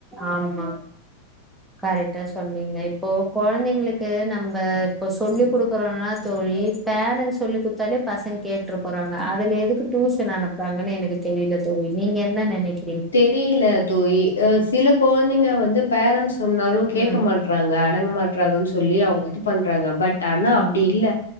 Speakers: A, in the centre; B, on the left (about 70°).
A: ஆமா கரெட்டா சொன்னீங்க இப்போ கொழந்தங்குளுக்கு நம்ப இப்ப சொல்லி குடுக்கறன்னா தோழி பேரன்ஸ் சொல்லி் குத்தாலே பசங்க கேட்ற போறாங்க அதுல எதுக்கு டியூஷன் அனுப்பறாங்கன்னு எனக்கு தெரில தோழி நீங்க என்ன நெனைக்
B: தெரியில தோழி சில கொழந்தங்க வந்து பேரண்ஸ் சொன்னாலு கேக்க
A: ம்
B: மாட் டன்றாங்க அடங்க மாட்டன்றாங்கன்னு சொல்லி அவுங்க இது பண்றாங்க பட் ஆனா
A: ம்
B: அப்டி இல்ல